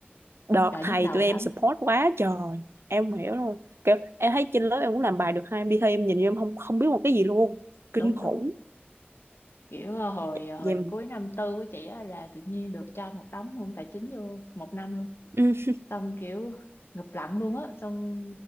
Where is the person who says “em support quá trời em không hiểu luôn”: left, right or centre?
Right